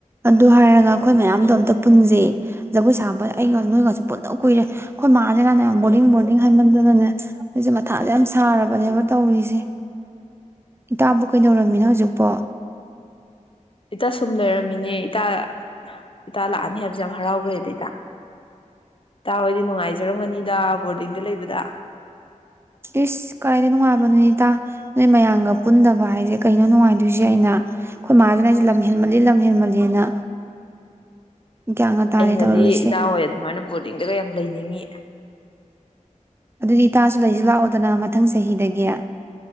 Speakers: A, on the right (about 20°); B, on the left (about 40°).
A: ꯑꯗꯨ ꯍꯥꯏꯔꯒ ꯑꯩꯈꯣꯏ ꯃꯌꯥꯝꯗꯣ ꯑꯝꯇ ꯄꯨꯟꯖꯦ ꯖꯒꯣꯏ ꯁꯥꯕ ꯑꯩꯒ ꯅꯣꯏꯒꯁꯨ ꯄꯨꯟꯅ ꯀꯨꯏꯔꯦ ꯑꯩꯈꯣꯏ ꯃꯥꯁꯤꯅꯅꯦ ꯕꯣꯔꯗꯤꯡ ꯕꯣꯔꯗꯤꯡ ꯍꯥꯏꯃꯟꯗꯅꯅꯦ ꯑꯩꯁꯦ ꯃꯊꯥꯁꯦ ꯌꯥꯝ ꯁꯥꯔꯕꯅꯦꯕ ꯇꯧꯔꯤꯁꯦ ꯏꯇꯥꯕꯨ ꯀꯩꯗꯧꯔꯝꯃꯤꯅꯣ ꯍꯧꯖꯤꯛꯄꯣ
B: ꯏꯇ ꯁꯨꯝ ꯂꯩꯔꯝꯃꯤꯅꯦ ꯏꯇꯥ ꯏꯇꯥ ꯂꯥꯛꯑꯅꯤ ꯍꯥꯏꯕꯁꯦ ꯌꯥꯝ ꯍꯔꯥꯎꯈ꯭ꯔꯦꯗ ꯏꯇꯥ ꯏꯇꯥ ꯍꯣꯏꯗꯤ ꯅꯨꯡꯉꯥꯏꯖꯔꯝꯒꯅꯤꯗ ꯕꯣꯔꯗꯤꯡꯗ ꯂꯩꯕꯗ
A: ꯏꯁ ꯀꯥꯏꯗ ꯅꯨꯉꯥꯏ ꯏꯇꯥ ꯅꯣꯏ ꯃꯌꯥꯝꯒ ꯄꯨꯟꯗꯕ ꯍꯥꯏꯁꯦ ꯀꯩꯅꯣ ꯅꯨꯡꯉꯥꯏꯗꯣꯏꯁꯦ ꯑꯩꯅ ꯑꯩꯈꯣꯏ ꯃꯥꯥꯅ ꯑꯩꯁꯦ ꯂꯝ ꯍꯦꯟꯃꯜꯂꯤ ꯂꯝ ꯍꯦꯟꯃꯜꯂꯤꯅ ꯒ꯭ꯌꯥꯟꯒ ꯇꯥꯗꯦ
B: ꯑꯩꯅꯗꯤ
A: ꯇꯧꯔꯨꯔꯤꯁꯦ
B: ꯏꯇꯥ ꯍꯣꯏ ꯑꯗꯨꯃꯥꯏꯅ ꯕꯣꯔꯗꯤꯡꯗꯒ ꯌꯥꯝ ꯂꯩꯅꯤꯡꯉꯤ
A: ꯑꯗꯨꯗꯤ ꯏꯇꯥꯁꯨ ꯂꯩꯁꯨ ꯂꯥꯛꯑꯣꯗꯅ ꯃꯊꯪ ꯆꯍꯤꯗꯒꯤ